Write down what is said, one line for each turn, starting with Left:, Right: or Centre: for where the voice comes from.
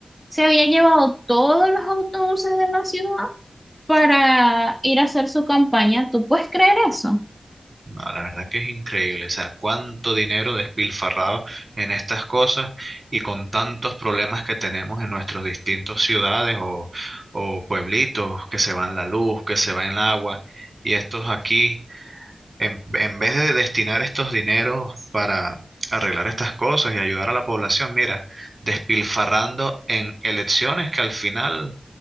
Centre: se había llevado todos los autobuses de la ciudad para ir a hacer su campaña. ¿Tú puedes creer eso?
Right: no, la verdad que es increíble, o sea, cuánto dinero despilfarrado en estas cosas y con tantos problemas que tenemos en nuestras distintas ciudades o, o pueblitos, que se va en la luz, que se va en el agua, y estos aquí. en, en vez de destinar estos dineros para arreglar estas cosas y ayudar a la población, mira, despilfarrando en elecciones que al final